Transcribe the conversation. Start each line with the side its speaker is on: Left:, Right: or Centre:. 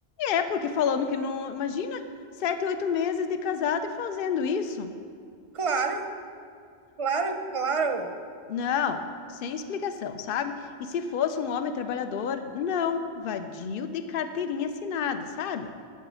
Left: é, é, porque falando que não. Imagina sete, oito meses de casado e fazendo isso.
Right: Claro, claro, claro.
Left: Não, sem explicação, sabe? E se fosse um homem trabalhador, não, vadio de carteirinha assinada, sabe?